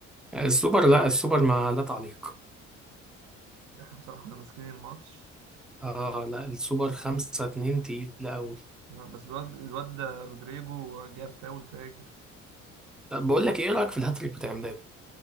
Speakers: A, in the centre; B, on the right (about 50°).
A: السوبر لا السوبر ما لا تعليق
B: احنا بصراحة كنا ماسكين الماتش
A: اه لا السوبر خمسة اتنين تقيلة أوي
B: آه، بس الواد الواد ده رودريجو جاب فاول فاجر
A: طب بقول لك ايه رأيك في الهاتريك بتاع امبابي